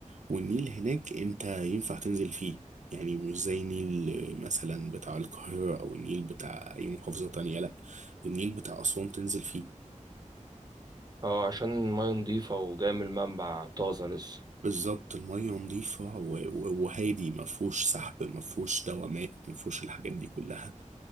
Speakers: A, on the right; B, on the right.
A: والنيل هناك انت ينفع تنزل فيه يعني مش زي نيل مثلا بتاع القاهرة او النيل بتاع اي محافظة تانية لا النيل بتاع أسوان تنزل فيه
B: اه عشان المية نضيفة وجاية من المنبع طازة لسه
A: بالظبط المية نظيفة و- و- وهادي ما فيهوش سحب ما فيهوش دوامات ما فيهوش الحاجات دي كلها